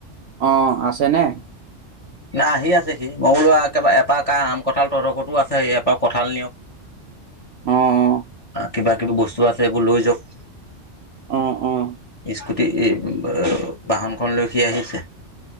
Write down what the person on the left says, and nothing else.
না আহি আছে সি মই বোলো একেবাৰে এপাৰ ক আম কঁঠাল ততকতো আছে এপাৰ কঁঠাল নিয়ক
কিবা কিবি বস্তু আছে এইবোৰ লৈ যাওক।
গুটি এই, অ, বাহনখনলৈ সি আহিছে।